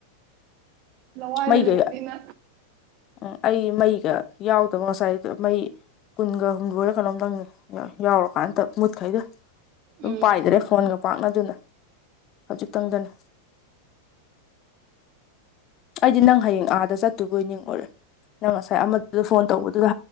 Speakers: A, on the right (about 40°); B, on the left (about 35°).
A: ꯂꯋꯥ ꯍꯥꯏꯗꯂ
B: ꯃꯩꯒ
A: ꯏꯅꯤꯅ
B: ꯎꯝ ꯑꯩ ꯃꯩꯒ ꯌꯥꯎꯗꯕ ꯉꯁꯥꯏ ꯃꯩ ꯀꯨꯟꯒ ꯍꯨꯝꯗꯣꯏꯨꯔ ꯀꯩꯅꯣꯝꯇꯪꯅꯤ ꯌꯥꯎꯔꯀꯥꯟꯗ ꯃꯨꯠꯈꯩꯗ ꯑꯗꯨꯝ
A: ꯎꯝ
B: ꯄꯥꯏꯗ꯭ꯔꯦ ꯐꯣꯟꯒ ꯄꯥꯛꯅꯗꯨꯅ ꯍꯧꯖꯤꯛꯇꯪꯗꯅ ꯑꯩꯗꯤ ꯅꯪ ꯍꯌꯦꯡ ꯑꯥꯗ ꯆꯠꯇꯨꯕꯣꯏ ꯅꯤꯡꯉꯨꯔꯦ ꯅꯪ ꯉꯁꯥꯏ ꯑꯃꯗꯨꯗ ꯐꯣꯟ ꯇꯧꯕꯗꯨꯗ